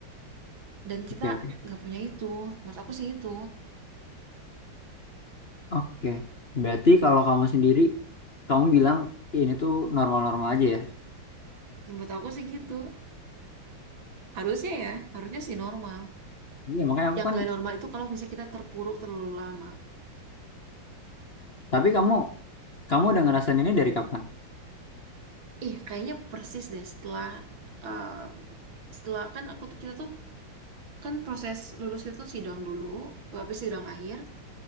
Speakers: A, on the right; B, on the left.
A: dan kita
B: Oke, oke.
A: nggak punya itu menurut aku sih itu
B: Oke. Berarti kalau kamu sendiri, kamu bilang ini tuh normal-normal aja ya?
A: menurut aku sih gitu harusnya ya harusnya sih normal
B: Iya, makanya aku
A: yang
B: kan,
A: nggak normal itu kalau misalnya kita terpuruk terlalu lama
B: tapi kamu kamu udah ngerasain ini dari kapan?
A: Ih, kayaknya persis deh setelah um, setelah kan aku tuh kita tuh kan proses lulus kita tuh sidang dulu, habis sidang akhir